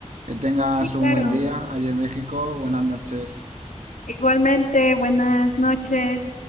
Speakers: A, on the right (about 70°); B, on the left (about 85°).
A: Que tengas
B: Sí, claro.
A: un buen día allí en México. Buenas noches.
B: Igualmente, buenas noches.